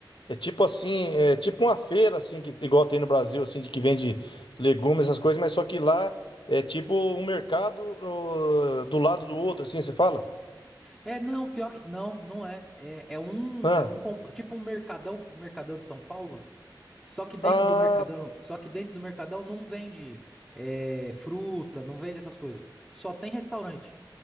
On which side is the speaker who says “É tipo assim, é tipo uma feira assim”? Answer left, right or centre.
Left